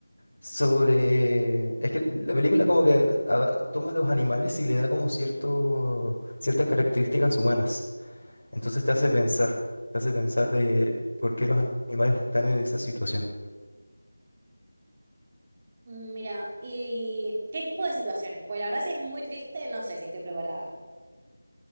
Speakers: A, on the left (about 80°); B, on the right (about 20°).
A: sobre... Es que la película como que ah, toma a los animales y le da como cierto, ciertas características humanas. Entonces te hace pensar, te hace pensar de por qué los animales están en esa situación.
B: Mm, Mira, ¿y qué tipo de situaciones? Pues la verdad, si es muy triste, no sé si estoy preparada.